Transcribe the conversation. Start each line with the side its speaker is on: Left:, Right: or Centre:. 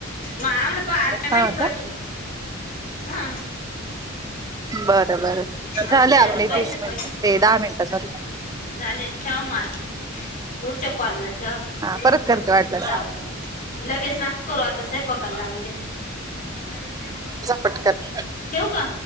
Left: मामला पठमेट
Right: हा
Left: पडली
Right: का
Left: हा.
Right: बर बर झाले
Left: आमचे आज
Right: आपले
Left: पैसे
Right: तीस मिनिटं
Left: पडले
Right: प दहा मिनिट झाली.
Left: झाले ठेवा म आता पूडच्या कॉलला ठेवा.
Right: हा
Left: <unintelligible>
Right: परत करते वाटल्यास.
Left: लगेच नका करू आता सयपाकाला लागू द्या.
Right: पटकन
Left: ठेवू का?